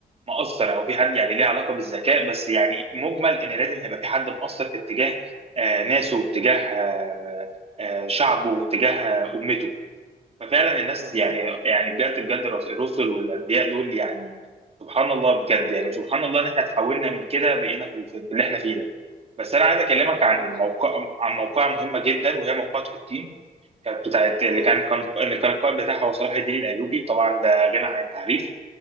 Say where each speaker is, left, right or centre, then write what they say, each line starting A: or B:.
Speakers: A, on the right; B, on the right.
A: مؤثر او في حد يعني ليه علاقه بالذكاء بس يعني مجمل ان لازم هيبقى في حد مؤثر في اتجاه آه، ناسه واتجاه آه، آه، شعبه واتجاه آه، امته ففعلا الناس
B: مظبوط
A: يعني يعني بجد بجد الرس- الرسل والانبياء دول يعني سبحان الله بجد يعني سبحان الله ان احنا تحولنا من كده بقينا في في اللي احنا فيه ده بس انا عايز اكلمك
B: يا
A: عن
B: عمل
A: موقع عن موقعة
B: آه.
A: مهمه جدا وهي موقعة حطين كانت بتاعت اللي
B: قول
A: كان
B: لي
A: كان اللي كان القائد بتاعها هو صلاح الدين الايوبي طبعا ده غنى عن التعريف